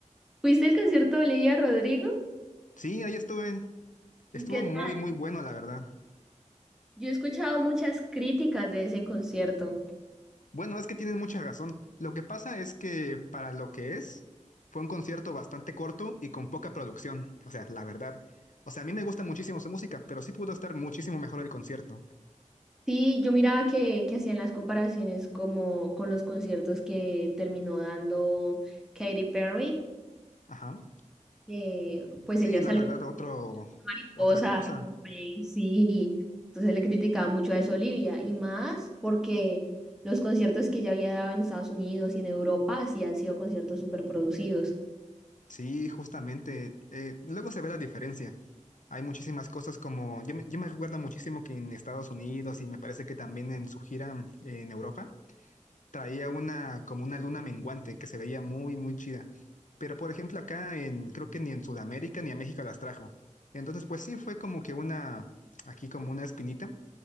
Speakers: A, in the centre; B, on the left.
A: ¿Fuiste al concierto de Olivia Rodrigo?
B: Sí, ahí estuve. Estuvo
A: ¿Y qué
B: muy,
A: tal?
B: muy bueno, la verdad.
A: Yo he escuchado muchas críticas de ese concierto.
B: Bueno, es que tienes mucha razón. Lo que pasa es que para lo que es, fue un concierto bastante corto y con poca producción. O sea, la verdad. O sea, a mí me gusta muchísimo su música, pero sí pudo estar muchísimo mejor el concierto.
A: Sí, yo miraba que, que hacían las comparaciones como con los conciertos que terminó dando Katy Perry,
B: Ajá.
A: que pues
B: Sí,
A: ella
B: la
A: salió.
B: verdad, otro,
A: mariposas,
B: otra cosa.
A: eh, sí. Entonces le criticaba mucho a eso a Olivia y más porque los conciertos que ya había dado en Estados Unidos y en Europa sí han sido conciertos súper producidos.
B: Sí, justamente. eh, luego se ve la diferencia. Hay muchísimas cosas como, yo, me- yo me recuerdo muchísimo que en Estados Unidos y me parece que también en su gira en Europa, traía una, como una luna menguante que se veía muy, muy chida. Pero por ejemplo acá en, creo que ni en Sudamérica ni en México las trajo. Entonces pues sí fue como que una, aquí como una espinita,